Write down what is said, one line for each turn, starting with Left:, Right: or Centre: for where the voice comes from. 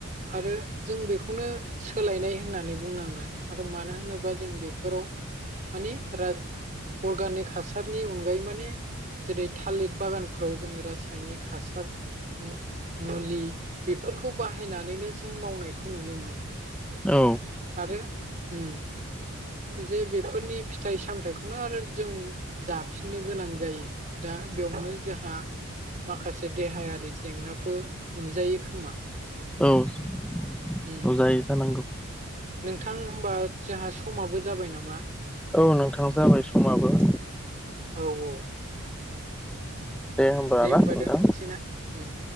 Right: आरो। जों बेखौनो सोलायनाय होननानै बुंनांगोन आरो मानो होनोबा जों बेफोराव आ राज अर्गानिक हासारनि अनगायै माने जेरै थालिर बागानफोराव जोङो रासायनिक हासा ओम हासार ओम मुलि बेफोरखौ बाहायनानैनो जों मावनायखौ नुनो मोनो।
Centre: औ।
Right: आरो ओम। जे बेफोरनि फिथाइ सामथायाइखौनो आरो जों जाफिननो गोनां जायो। दा बेयावनो जोंहा माखासे से देहायारि जेंनाफोर नुजायो खोमा।
Centre: औ औ
Right: उम
Centre: जायो जानांगौ
Right: नोंथां होमबा जोंहा समाबो जाबाय नामा?
Centre: औ नोंथां जाबाय समाबो।
Right: औ औ।
Centre: होमब्ला
Right: दे होमबा
Centre: ना नोंथां
Right: दोनथ'नोसै ना ओम।